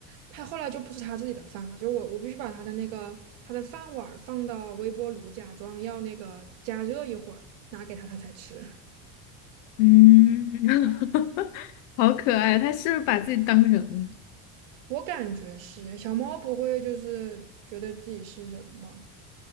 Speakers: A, on the right (about 65°); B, on the left (about 65°).
A: 他后来就不是他自己的饭了，就我我必须把他的那个他的饭碗儿放到微波炉，假装要那个加热一会儿，拿给他他才吃。
B: 嗯，<laughs> 好可爱，它是不是把自己当人了？
A: 我感觉是小猫不会就是觉得自己是人吗？